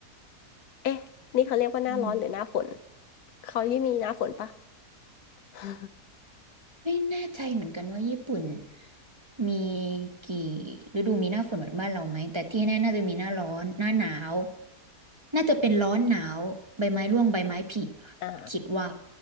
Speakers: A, on the left; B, on the right.
A: เอ๊ะนี่เขาเรียกว่าหน้าร้อนหรือหน้าฝน
B: อืม
A: เขายี่มีหน้าฝนปะ <laughs>
B: ไม่แน่ใจเหมือนกันว่าญี่ปุ่นมีกี่ฤดูมีหน้าฝนเหมือนบ้านเราไหมแต่ที่แน่น่าจะมีหน้าร้อนหน้าหนาวน่าจะเป็นร้อนหนาวใบไม้ร่วงใบไม้ผลิค่ะคิดว่า
A: อ่า